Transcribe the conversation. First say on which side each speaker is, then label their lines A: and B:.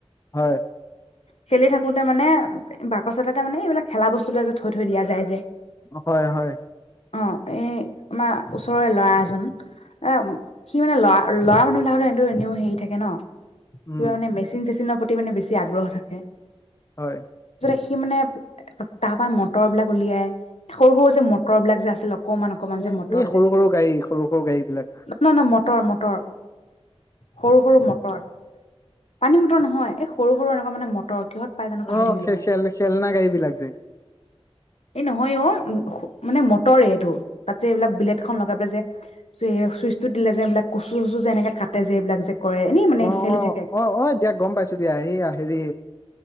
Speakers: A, on the left; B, on the left.
A: হয়
B: খেলি থাকোঁতে মানে ব বাকচ এটাতে মানে এইবিলাক খেলা বস্তুবিলাক যে থৈ থৈ দিয়া যায় যে
A: হয় হয়
B: অ এই আমাৰ ওচৰৰে ল'ৰা এজন এ সি মানে ল'ৰা ল'ৰা মানুহবিলাকলে এটো এনেও হেৰি থাকে ন কিবা
A: উম
B: মানে মেচিন চেচিনৰ প্ৰতি প্ৰতি মানে বেছি আগ্ৰহ থাকে
A: হয়
B: সি মানে তাৰ পৰা মটৰ বিলাক উলিয়াই সৰু সৰু যে মটৰ বিলাক যে আছিল অকমান অকমান যে
A: এ
B: মটৰ
A: এই সৰু
B: যে
A: সৰু গাড়ী সৰু সৰু গাড়ী বিলাক
B: ন ন মটৰ মটৰ সৰু সৰু মটৰ পানী মটৰ নহয় এই সৰু সৰু এনেকুৱা মানে মটৰ মটৰ কিহত পাই জানোঁ পাহৰি
A: অ
B: থাকিলো
A: খে
B: মই
A: খেল খেলনা গাড়ী বিলাক যে
B: এই নহয় অ মানে মটৰে এইটো তাত যে এইবিলাক বেলদ খন লগাই পেলাই যে চ চুইচটো দিলে যে এইবিলাক কচু চচু যে এনেকে কাটে যে এইবিলাক যে কৰে এনেই মানে
A: অ
B: খেলি
A: অ
B: থাকে
A: অ অ দিয়া গম পাইছো দিয়া এই হেৰি